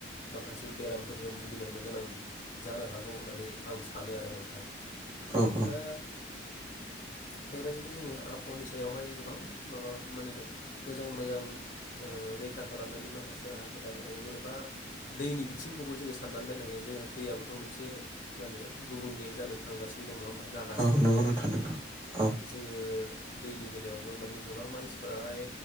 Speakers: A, on the left (about 45°); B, on the right (about 30°).
A: माखासे बेरामफोरजों भुगिनांनो गोनां जानो हागौ होननानै आं सानो आरो नोंथां।
B: औ औ
A: दा बेबायदिनो जोङो आबहावानि सायावहाय गोबां माबा माहोनो मोजां मोजां ओ रैखा खालामनानै माखासे राहाफोर लानो हायो जेनेबा दैनि बिथिंखौबो जोङो साननानै नायनो हायो जोङो दैयाबोथ' मोनसे मा होनो गुबुंले जानो थांगासिनो दङ नङा होमबा जागासिनो
B: औ नंगौ
A: दङ ओ
B: नोंथां नंगौ औ
A: जोङो दैनि बेलायावबो माने गोबां मानसिफोराहाय